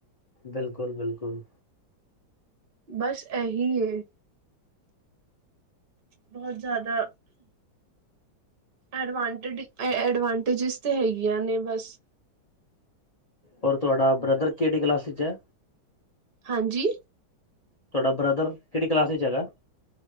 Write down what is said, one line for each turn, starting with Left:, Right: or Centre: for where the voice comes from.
Left: ਬਿਲਕੁਲ-ਬਿਲਕੁਲ
Right: ਬਸ ਇਹੀ ਐ, ਬਹੁਤ ਜ਼ਿਆਦਾ ਐਡਵਾਂਟਡ- ਐਡਵਾਂਟੇਜਿਸ ਤਾਂ ਹੈਗੀਆਂ ਨੇ ਬਸ
Left: ਔਰ ਤੁਹਾਡਾ ਬ੍ਰਦਰ ਕਿਹੜੀ ਕਲਾਸ ਵਿੱਚ ਐ।
Right: ਹਾਂਜੀ
Left: ਤੁਹਾਡਾ ਬ੍ਰਦਰ ਕਿਹੜੀ ਕਲਾਸ ਵਿਚ ਹੈਗਾ।